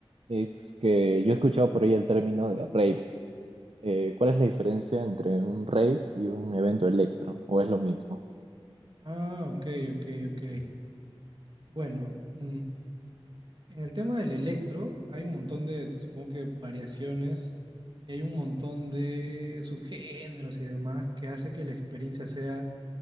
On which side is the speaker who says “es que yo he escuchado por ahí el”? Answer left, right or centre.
Right